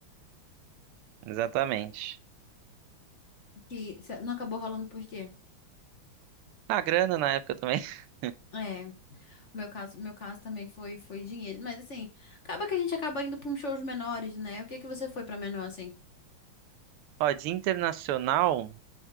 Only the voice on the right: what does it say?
exatamente.
A grana na época também. <laughs>
Ó, de internacional,